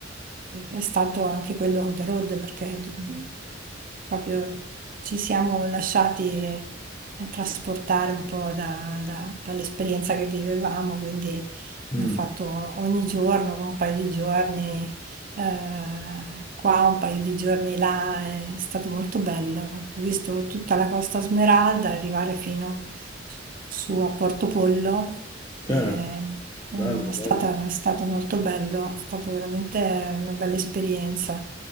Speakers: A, on the right (about 45°); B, on the left (about 20°).
A: è stato anche quello on the road perché mh, proprio ci siamo lasciati trasportare un po' da- da- dall'esperienza che vivevamo, quindi
B: mm,
A: abbiamo fatto ogni giorno un paio di giorni eh, qua, un paio di giorni là, è stato molto bello. Ho visto tutta la Costa Smeralda arrivare fino su a Portopollo.
B: certo,
A: eh,
B: bello,
A: mm, È stata-
B: bello.
A: è stato molto bello, è stata veramente una bella esperienza.